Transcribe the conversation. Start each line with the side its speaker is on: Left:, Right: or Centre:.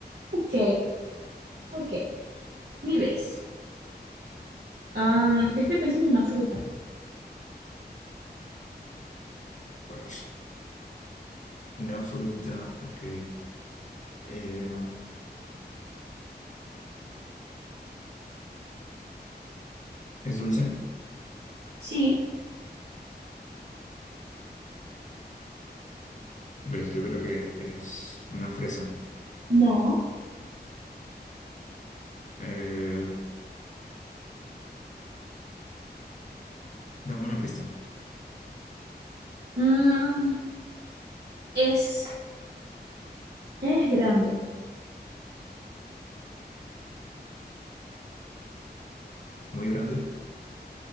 Right: Ok, ok. Mi vez. Am, estoy pensando en una fruta.
Left: Pues, una fruta, ok. Eh, ¿es dulce?
Right: Sí.
Left: Pues yo creo que es una fresa.
Right: No.
Left: Eh, dame una pista.
Right: Mm, es, es grande.
Left: Muy grande.